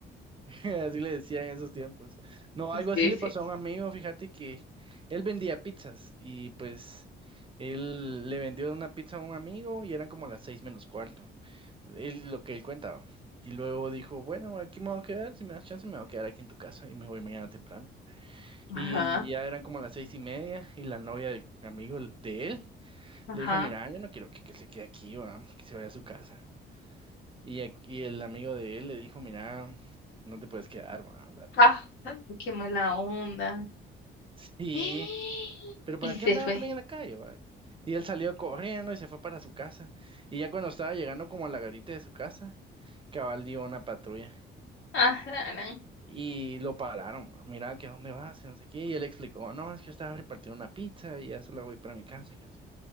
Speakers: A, on the right; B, on the left.
A: <laughs> Así le decían en esos tiempos. No, algo así
B: Sí,
A: le
B: sí.
A: pasó a un amigo, fíjate que él vendía pizzas y pues él le vendió una pizza a un amigo y eran como las seis menos cuarto, él, lo que él cuentaba. Y luego dijo, bueno, aquí me voy a quedar, si me das chance me voy a quedar aquí en tu casa y me voy mañana temprano. Y
B: Ajá,
A: ya eran como las seis y media y la novia del amigo el- de él
B: ajá.
A: le dijo, mira, yo no quiero que, que se quede aquí, va, que se vaya a su casa. Y, a- y el amigo de él le dijo, mira, no te puedes quedar, va,
B: Ah, qué mala onda.
A: Sí,
B: <gasps>
A: pero
B: Y
A: ¿para qué
B: se
A: andaba
B: fue.
A: también en la calle, va? Y él salió corriendo y se fue para su casa. Y ya cuando estaba llegando como a la garita de su casa, cabal dio una patrulla.
B: Ah, la gran.
A: Y lo pararon, ma, mira, que a dónde vas, que no sé qué. Y él explicó, no, es que yo estaba repartiendo una pizza y ya solo voy para mi casa. Que no sé.